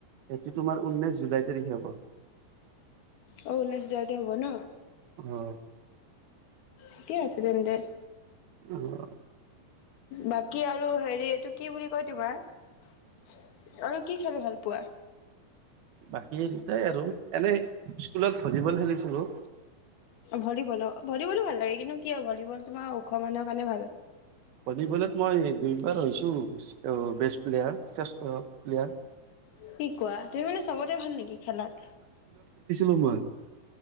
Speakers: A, on the right; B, on the left.
A: এইটো তোমাৰ উঊনৈশ জুলাই তাৰিখে হ'ব
B: অ ঊনৈশ জুলাইতে হ'ব ন?
A: আহ
B: ঠিকে আছে তেন্তে
A: অঁ।
B: বাকী আৰু হেৰি এইটো কি বুলি কয় তোমাৰ আৰু কি খালে ভাল পোৱা
A: বাকী দুটাই আৰু এনেই স্কুলত ভলীবল খেলিছো হেল্ল'।
B: ভলীবল অ ভলীবলো ভাল লাগে কিন্তু কিয় ভ ভলিবল তোমা ওখ মানুহৰ কাৰণে ভাল
A: ভলিবলত মই দুইবাৰ হৈছোঁ টো বেষ্ট প্লেয়াৰ শ্ৰেষ্ঠ প্লেয়াৰ
B: কি কোৱা তুমি মানে চবতে ভাল নেকি খেলাত
A: সময়ত